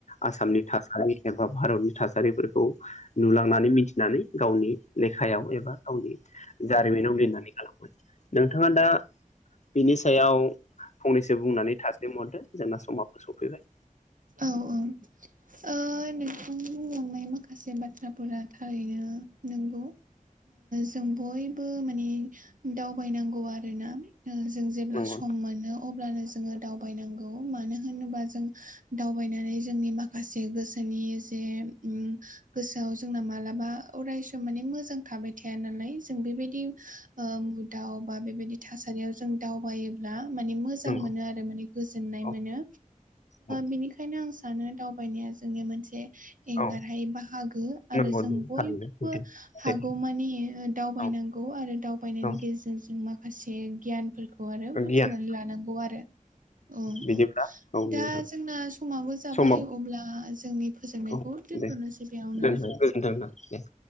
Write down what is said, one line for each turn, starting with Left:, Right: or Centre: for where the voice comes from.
Left: आसामनि थासारि एबा भारतनि थासारिफोरखौ नुलांनानै मिथिनानै गावनि लेखायाव एबा गावनि जारिमिनाव लिरनानै गालाङो नोंथाङा दा बिनि सायाव फंनैसो बुंनानै थासलि महरदो जोंना समाखौ सफैबाय।
Right: औ औ ओ नोंथां बुंलांनाय माखासे बाथ्राफोरा थारैनो नंगौ जों बय माने दावबायनांगौ आरोना जों जेब्ला
Left: नंगौ
Right: सम मोनो अब्लानो जोङो दावबायनांगौ मानो होनोबा जों दावबायनानै जोंनि माखासे माखासे गोसोनि जे ओ गोसोआव जोंना मालाबा अरायस माने मोजां थाबाय थाया नालाय जों बेबायदि बुदाव बा बेबायदि थासारियाव जों दावबायोब्ला माने मोजां
Left: नंगौ
Right: मोनो आरो माने गोजोननाय
Left: औ
Right: मोनो
Left: औ
Right: बेनिखायनो आं सानो दाउ दावबायनाया जोंनि मोनसे एंगार
Left: औ
Right: बाहागो
Left: नंगौ
Right: आरो जों बयबो
Left: थारैनो सैथो सैथो
Right: हागौ मानि दावबायनांगौ
Left: औ
Right: आरो आायनायनि
Left: औ
Right: गेजेरजों जों माखासे गियानफोरखौ आरो बुथुमनानै
Left: गियान
Right: लानांगौ आरो। औ
Left: बिदिब्ला
Right: औ
Left: औ नोंथां
Right: दा जोंना समाबो जाबाय
Left: समाव
Right: अब्ला जोंनि फोजोबनायखौ
Left: औ
Right: दोनथ'नोसै
Left: दे
Right: बेयावनो
Left: गोजोनथों दे।